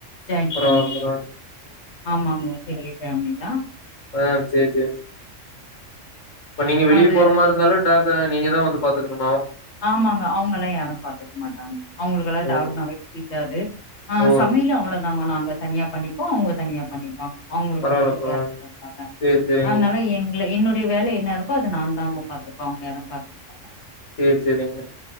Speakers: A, on the left; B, on the left.
A: ஜாயின்ட்
B: பரவால்ல,
A: ஃபேமிலி
B: பரவால்ல.
A: ஆமாங்கொ பெரிய ஃபேமிலிதா
B: ஆ‌ சே சே இப்ப நீங்க வெளிய
A: அது
B: போற மாருந்தாலு டாக நீங்க தா வந்து பாத்துக்கணு
A: ஆமாங்க அவுங்கல்லா யாரு பாத்துக் மாட்டாங்க அவுங்களுக்கெல்லா
B: ஓ!
A: டாக்னாவே புடி க்காது ஆ
B: ஓ!
A: சமையலு அவ்ளொதாங்க நாங்க தனியா பண்ணிப்போ அவுங்க தனியா பண்ணிப்பாங்க அவுங்களுக்கு
B: பரவால்ல,
A: புடிக்காது
B: பரவால்ல.
A: <unintelligible>
B: சரி, சரிங்க.
A: அன்னால எங்ளெ என்னுடைய வேல என்ன இருக்கோ அத நாந்தாங்க பா த்துப்ப அவுங்க யாரு பாத்துக் மாட்டாங்க
B: சேர் சேரிங்க